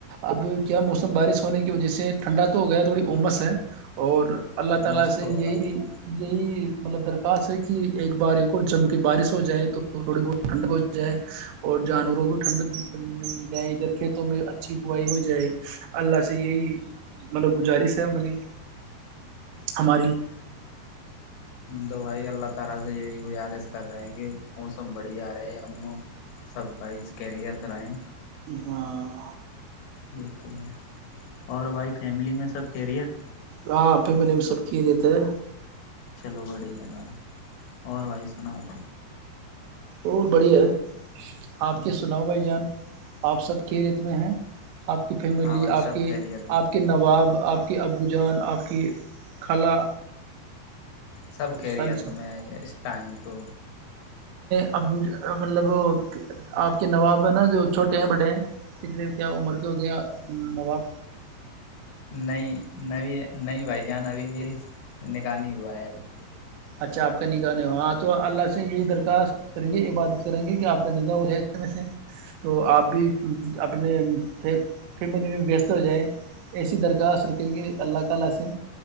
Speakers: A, on the right; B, on the left.
A: اب کیا موسم بارش ہونے کی وجہ سے ٹھنڈا تو ہو گیا تھوڑی امس ہے اور اللہ تعالی
B: عمس
A: سے
B: تو
A: یہی
B: ہے بھائی
A: یہی مطلب درخواست ہے کہ ایک بار ایک اور جم کے بارش ہو جائے تو تو تھوڑی بہت ٹھنڈ ہو جائے اور جانوروں بھی ٹھنڈ جائے ادھر کھیتوں میں اچھی بوائی ہو جائے اللہ سے یہی مطلب گزارش ہے ہمنی ہماری
B: دو بھائی اللہ تعالی سے یہی گزارش کر رہے ہیں کہ موسم بڑی آ رہا ہے ہم سب بائی کییریت رہے
A: ہاں
B: وہ تو ہے اور بھائی فیملی میں سب کہرییت
A: ہاں فیملی میں سب کی رہتے ہے
B: چلو بڑھیا ہے بھائی اور بھائی سنا تو
A: اور بڑھیا آپ کے سناؤ بھائی جان آپ سب کے ریت میں ہیں آپ کی فیملی
B: ہاں بھائی
A: آپ
B: سب
A: کے
B: خیریت ہے
A: آپ کے نواب آپ کے ابو جان آپ کی خلا
B: سب کہہ
A: سالس
B: رہی ہے تمیں اس ٹائم تو
A: اب مطلب آپ کے نواب ہیں نا جو چھوٹے ہیں بڑے ہیں کتنے کیا عمر کے ہو گئے نواب
B: نہیں نہیں نہیں بھائی جان ابھی میری نکح نہیں ہوا ہے ابھی
A: اچھا آپ کا نگااہ نہیں ہو ہاں تو اللہ سے یہی درخواست کریں گے یہ بادت کریں گے کہ آپ کا نگاہ ہو جائے اسے میں سے تو آپ بھی اپنے فیملی میں وست ہو جائیں ایسی درخواست رکھے گی اللہ تعالی سے